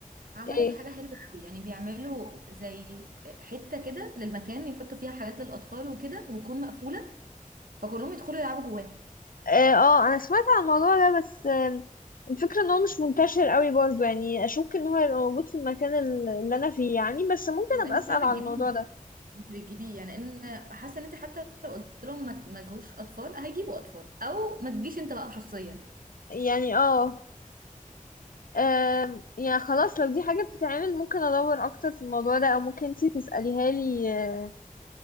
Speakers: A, on the right; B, on the left.
A: عملت
B: ايه
A: حاجه حلوه قوي يعني بيعملوا زي حته كده للمكان يحطوا فيها حاجات للاطفال وكده وتكون مقفوله فكلهم يدخلوا يلعبوا جواها
B: اه آه، انا سمعت عن الموضوع ده بس آه، الفكرة ان هو مش منتشر قوي برضو يعني اشك ان هو هيبقى موجود في المكان ال- اللي انا فيه يعني بس ممكن
A: هو انت
B: ابقى اسأل
A: بقى
B: عن
A: بتجيبيهم
B: الموضوع ده
A: انت بتجيبيه يعني ان حاسه ان انت حتى لو قلت لهم ما ما تجيبوش اطفال هيجيبوا اطفال او ما تجيش انت بقى شخصيا
B: يعني اه أم، يعني خلاص لو دي حاجة بتتعمل ممكن أدور أكتر في الموضوع ده أو ممكن انتي تسأليها لي أه،